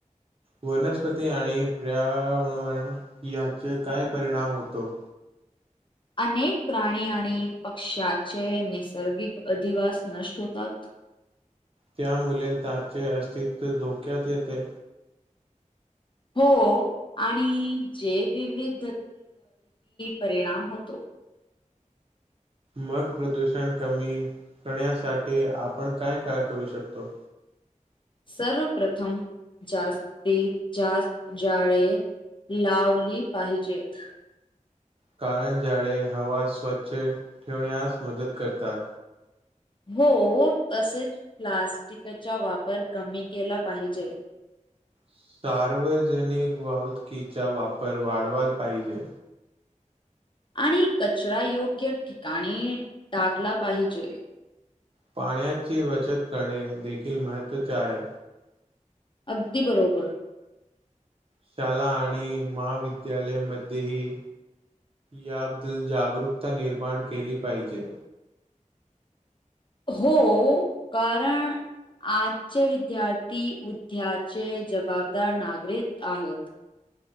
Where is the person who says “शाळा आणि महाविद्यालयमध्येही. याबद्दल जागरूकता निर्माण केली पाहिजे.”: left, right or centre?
Right